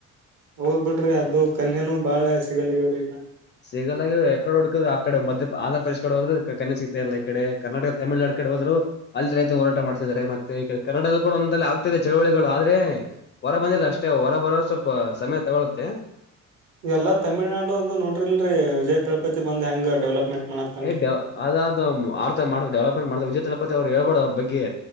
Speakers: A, on the right; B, on the left.
A: ಹೋದ್ ಬಿಡ್ರಿ ಅದು ಕನ್ಯನು ಬಾಳ ಸಿಗಲ್ಲಾಗ ಬಿಡ್ರೀ ಈಗ.
B: ಸಿಗಲ್ ಅಗದ ಎಕಡೆ ಹುಡುಕುದ್ರು ಆ ಕಡೆ ಮಧ್ಯ ಆಂಧ್ರ ಪ್ರದೇಶ ಕಡೆ ಹೋದ್ರೆ ಕನ್ಯಾ ಸಿಗ್ತ ಇಲ್ಲ ಈ ಕಡೆ ಕರ್ನಾಟಕ ತಮಿಳ್ನಾಡು ಕಡೆ ಹೋದ್ರು. ಅಲ್ಲಿ ರೈತ ಹೋರಾಟ ಮಾಡ್ತಿದ್ದಾರೆ ಮತ್ತೆ ಈ ಕಡೆ ಕನ್ನಡದಲ್ಲಿ ಕೂಡ ಒಂದಲ್ಲ ಆಗ್ತಿದೆ ಚಳವಳಿಗಳು ಆದ್ರೆ. ಹೊರ ಬಂದಿಲ್ಲ ಅಷ್ಟೇ ಹೊರ ಬರೋ ಸ್ವಲ್ಪ ಸಮಯ ತಗೊಳ್ಳುತ್ತೆ.
A: ಎಲ್ಲ ತಮಿಳುನಾಡು ಅದು ನೋಡ್ರಿಲ್ರಿ ವಿಜಯ್ ತಳಪತಿ ಬಂದ್ ಹೆಂಗ ಡೆವಲಪ್ಮೆಂಟ್. ಮಾಡತ್ತನ್ರಿ
B: ಏ ಡ್ ಅದ ಅ ಆರ್ತ ಮಾಡ್ ಡೆವಲಪ್ಮೆಂಟ್ ಮಾಡತ ವಿಜಯತಲಪತಿ ಹೇಳಬೇಡ ಅವ್ರ ಬಗ್ಗೆ.